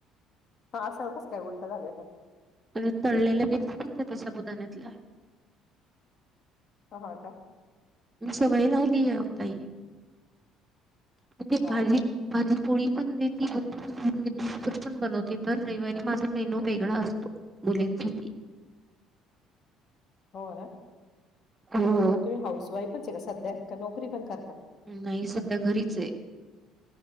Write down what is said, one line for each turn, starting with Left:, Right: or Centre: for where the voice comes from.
Left: हा असं काय उलटं झालंय तर
Right: आणि तळलेल्या मिरच्या असतात साबुदाण्यातल्या
Left: ह हा का
Right: मी सवय लावली आहे हो ताई ह म्हणजे
Left: हा
Right: भाजी
Left: हा
Right: भाजी पोळी पण देते, म्हणजे मीभर पण <unintelligible> बनवते दर रविवारी माझा मेनू वेगळा असतो. मुलींसाठी.
Left: हो ना
Right: हो.
Left: तुम्ही हाऊस वाईफच आहे का सध्या का नोकरी पण करता?
Right: नाही सध्या घरीच आहे.